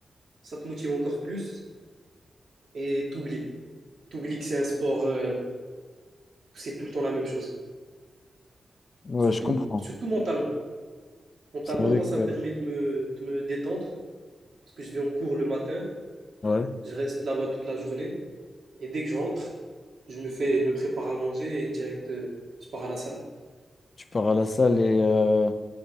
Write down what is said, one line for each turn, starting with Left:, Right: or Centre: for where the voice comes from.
Right: ça te motive encore plus et t'oublies. T'oublies que c'est un sport, euh, c'est tout le temps la même chose.
Left: Ouais,
Right: Surtout,
Left: je comprends.
Right: surtout mentalement. Mentalement,
Left: C'est vrai
Right: moi ça
Left: que
Right: me permet de me, de me détendre parce que je vais en cours le matin.
Left: ouais,
Right: je reste là-bas toute la journée et dès que je rentre, je me fais, je me prépare à manger et direct, euh, je pars à la salle.
Left: tu pars à la salle et euh,